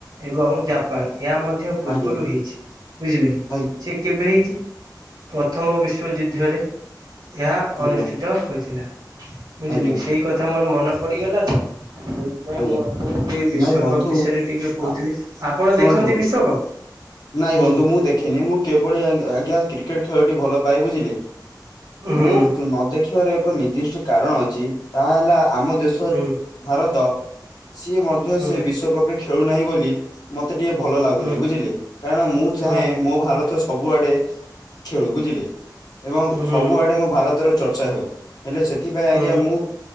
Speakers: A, on the right; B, on the left.
A: ଏବଂ ଜାପାନ୍ ଏହା ମଧ୍ୟ ପୂର୍ବରୁ
B: ଆଜ୍ଞା
A: ହେଇଛି ବୁଝିଲେ କି
B: ଆଜ୍ଞା
A: ସେ କେବେ ହେଇଛି ପ୍ରଥମ ବିଶ୍ଵଯୁଦ୍ଧରେ ଏହା
B: ଆଜ୍ଞା
A: ଅନୁଷ୍ଠିତ ହୋଇଥିଲା ବୁଝିଲେ
B: ଆଜ୍ଞା ଆଜ୍ଞା
A: କି ସେଇ କ କଥା ମୋର ମନେ ପଡିଗଲା ଯଉ ହେଇ ଯଉ ନାଇଁ
B: ଆଜ୍ଞା
A: ମୁଁ ଆପଣଙ୍କୁ ଏଇ ବିଶ୍ଵକପ୍
B: ନାଇଁ ବନ୍ଧୁ
A: ବିଷୟରେ ଟିକେ କହୁଥିଲି
B: ଆ
A: ଆପଣ
B: ଶୁଣନ୍ତୁ
A: ଦେଖନ୍ତି
B: ବନ୍ଧୁ
A: ବିଶ୍ଵକପ୍।
B: ନାଇଁ
A: ହୁଁ
B: ବନ୍ଧୁ ମୁଁ ଦେଖେନି ମୁଁ କି ଭଳି ଆଜ୍ଞା କ୍ରିକେଟ୍ ଖେଳଟି ଭଲ ପାଏ ବୁଝିଲେ?
A: ହୁଁ
B: ମୁଁ ନ ଦେଖିବାର ଏକ ନିର୍ଦ୍ଦିଷ୍ଟ କାରଣ ଅଛି ତାହା ହେଲା ଆମ ଦେଶ
A: ହୁଁ
B: ଭାରତ ସିଏ ମଧ୍ୟ
A: ହୁଁ
B: ସେ ବିଶ୍ବକପ୍ ରେ ଖେଳୁନାହିଁ ବୋଲି ମତେ ଟିକେ ଭଲ ଲାଗୁନାହିଁ
A: ହୁଁ
B: ବୁଝିଲେ କାରଣ ମୁଁ ଚାହେଁ
A: ହୁଁ
B: ମୋ ଭାରତ ସବୁଆଡେ ଖେଳୁ ବୁଝିଲେ ଏବଂ
A: ହୁଁ
B: ସବୁଆଡେ ମୋ ଭାରତର ଚର୍ଚ୍ଚା ହେଉ। ହେଲେ ସେଥିପାଇଁ
A: ହୁଁ
B: ଆଜ୍ଞା ମୁଁ